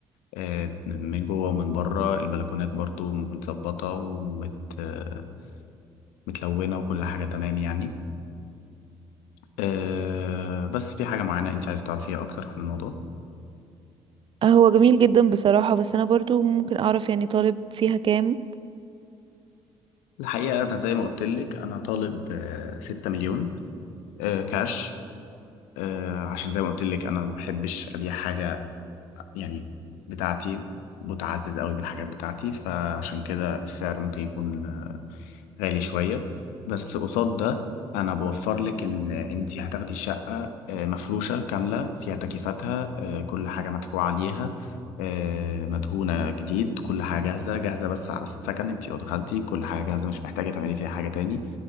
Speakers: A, on the left; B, on the right.
A: آه، من جوه ومن بره البلكونات برضو متظبطة ومت آه، متلونة وكل حاجة تمام يعني آه، بس في حاجة معينة أنت عايز تعرفيها أكتر عن الموضوع
B: آه، هو جميل جدا بصراحة بس أنا برضو ممكن أعرف يعني طالب فيها كام
A: الحقيقة أنا زي ما قلت لك أنا طالب آه، 6 مليون آه، كاش آه، عشان زي ما قلت لك أنا ما بحبش أبيع حاجة يعني بتاعتي بتعزز قوي بالحاجات بتاعتي فعشان كده السعر ممكن يكون غالي شوية بس قصاد ده أنا بوفر لك إن أنت هتاخدي الشقة آه، مفروشة كاملة فيها تكييفاتها آه، كل حاجة مدفوعة عليها آه، مدهونة جديد كل حاجة جاهزة جاهزة بس على السكن أنت لو دخلتي كل حاجة جاهزة مش محتاجة تعملي فيها حاجة تاني